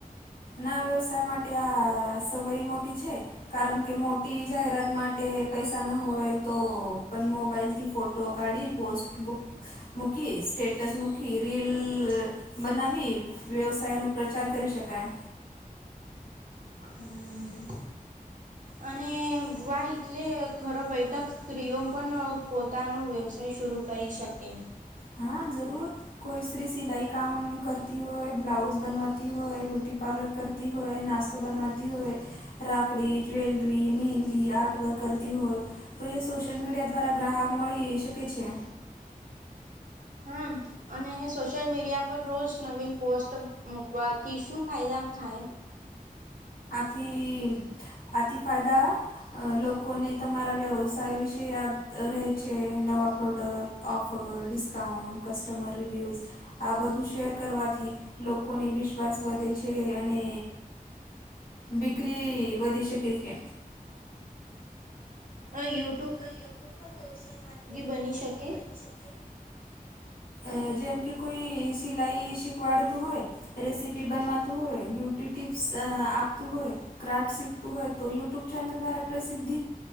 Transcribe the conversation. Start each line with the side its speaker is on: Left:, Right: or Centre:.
Left: ના વ્યવસાય માટે આ સય મોટી છે. કારણ કે મોટી જાહેરાત માટે પૈસા ના હોય તો પણ મોબાઈલ થી ફોટો ફોટો કાઢી પોસ્ટ બુક મુકી સ્ટેટસ મૂકી રીલ બનાવી વ્યવસાય ન પ્રચાર કરી શકાય
Right: હમ. અને વાહ એટલે ખરો બેઠક સ્ત્રીઓ પણ પોતાનો વ્યવસાય શરૂ કરી શકે.
Left: હા જરૂર. કોઈ સ્ત્રી સિલાઈ કામ કરતી હોય બ્લાઉઝ બનવાતી હોય બ્યુટી પાર્લર કરતી હોય નાસ્તો બનવાતી હોય રાખડી જ્વેલરી મેહંદી આર્ટ વર્ક કરતી હોય. તો એ સોશિયલ મીડિયા દ્વારા ગ્રાહક મળી શકે છે.
Right: હમ. અને સોશિયલ મીડિયા પર રોજ નવીન પોસ્ટ મૂકવાથી શું ફાયદા થાય?
Left: આથી અતિ ફાયદા અ લોકોને તમારા વ્યવસાય વિશે યાદ રહે છે નવા product offer discount customer reviews આ બધું શેર કરવાથી લોકોને વિશ્વાસ વધે છે, અને બિકરી વધી શકે છે.
Right: યુટ.
Left: યુટ્યુબ પણ વ્યવસાય માટે
Right: બની
Left: ઉપયોગી
Right: શકે.
Left: બની શકે અ જેમ કે કોઈ સિલાઈ શીખવાડતું હોય રેસીપી બનવાતું હોય બ્યુટી ટીપ્સ આપતું હોય. ક્રાફ્ટ શીખતું હોય તો યુટ્યુબ ચેનલ દ્વારા પ્રસિદ્ધિ